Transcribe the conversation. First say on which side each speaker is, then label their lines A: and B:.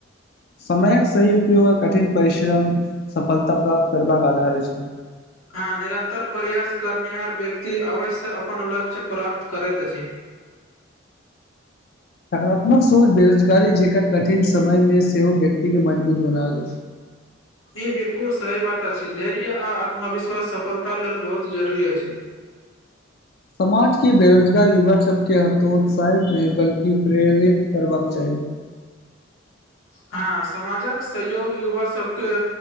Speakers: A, on the left; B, on the left.
A: समयक सही उपयोग आ कठिन परिश्रम सफलता प्राप्त करबाक आधार अछि।
B: हँ निरन्तर प्रयास करनिहार व्यक्ति अवश्य अपन लक्ष्य प्राप्त करैत अछि।
A: सकारात्मक सोंच बेरोजगारी जेकाँ कठिन समयमे सेहो व्यक्तिके मजबूत बनाबैत अछि।
B: ई बिलकुल सही बात अछि। धैर्य आ आत्मिश्वास सफलता लेल बहुत जरुरी अछि।
A: समाजके बेरोजगार युवा सबके हतोत्साहित नहि बल्कि प्रेरित करबाक चाही।
B: हँ समाजक सहयोग युवा सबके